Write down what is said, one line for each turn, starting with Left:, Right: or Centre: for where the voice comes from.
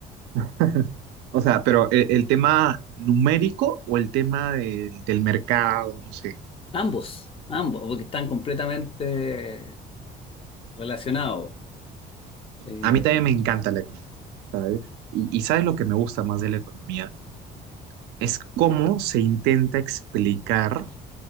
Right: <laughs> O sea, pero el, el tema numérico o el tema del del mercado, no sé.
Left: Ambos, ambos, porque están completamente relacionados. Eh,
Right: A mí también me encanta la economía, ¿sabes? Y, y ¿sabes lo que me gusta más de la economía? es cómo se intenta explicar